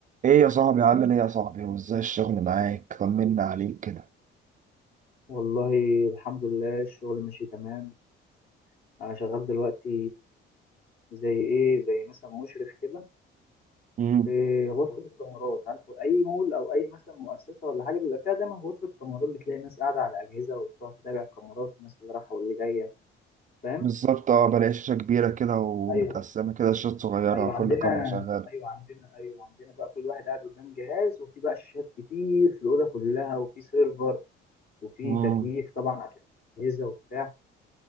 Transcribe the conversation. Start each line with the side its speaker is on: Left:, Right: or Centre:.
Right: ايه يا صاحبي عامل ايه يا صاحبي وازاي الشغل معاك طمنا عليك كده
Left: والله الحمد لله الشغل ماشي تمام انا شغال دلوقتي زي ايه زي مثلا مشرف كده
Right: امم
Left: في غرفه الكاميرات عارف اي مول او اي مثلا مؤسسه ولا حاجه بيبقى فيها دايما غرفه كاميرات بتلاقي ناس قاعده على اجهزه وبتقعد تتابع الكاميرات الناس اللي رايحه واللي جايه فاهم
Right: بالظبط اه بلاقي شاشة كبيرة كده ومتقسمة
Left: ايوه
Right: كده شاشات صغيرة
Left: ايوه
Right: كل
Left: عندنا
Right: كاميرا شغالة
Left: ايوه عندنا ايوه عندنا بقى كل واحد قاعد قدام جهاز وفي بقى شاشات كتير في الاوضه كلها وفي سيرفر وفي
Right: امم
Left: تكييف طبعا عشان الاجهزه وبتاع